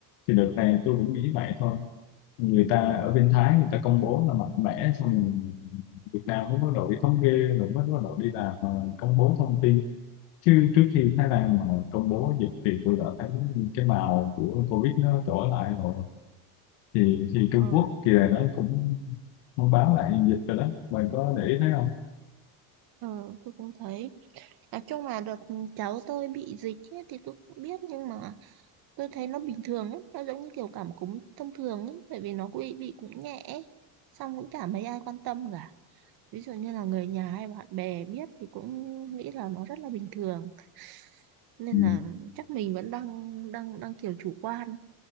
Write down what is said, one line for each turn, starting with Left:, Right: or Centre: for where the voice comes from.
Left: thì đợt này tôi cũng nghĩ vậy thôi người ta ở bên Thái người ta công bố là mạnh mẽ xong rồi Việt Nam mới bắt đầu đi thống kê rồi mới bắt đầu đi làm ờ, công bố thông tin chứ trước khi Thái Lan mà công bố dịch thì tôi đã thấy cái màu của Covid nó trở lại rồi thì thì Trung
Right: ờ
Left: Quốc kỳ này nó cũng thông báo lại dịch rồi đó bạn có để ý thấy không
Right: ờ tôi cũng thấy Nói chung là đợt cháu tôi bị dịch ấy, thì tôi cũng biết nhưng mà tôi thấy nó bình thường lắm, nó giống như kiểu cảm cúm thông thường ấy, bởi vì nó cũng bị, bị cũng nhẹ ấy. Xong cũng chả mấy ai quan tâm cả. Ví dụ như là người nhà hay bạn bè biết thì cũng nghĩ là nó rất là bình thường. Nên
Left: ừ.
Right: là chắc mình vẫn đang đang đang kiểu chủ quan.